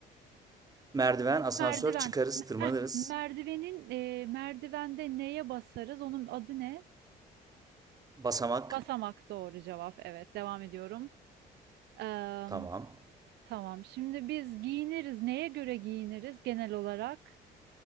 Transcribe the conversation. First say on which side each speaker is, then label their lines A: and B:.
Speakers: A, on the right; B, on the right.
A: Merdiven, asansör,
B: Merdiven.
A: çıkarız,
B: Me-
A: tırmanırız.
B: Heh, merdivenin eee, merdivende neye basarız? Onun adı ne?
A: Basamak,
B: Basamak doğru cevap. Evet, devam ediyorum. Eee,
A: tamam.
B: tamam. Şimdi biz giyiniriz. Neye göre giyiniriz genel olarak?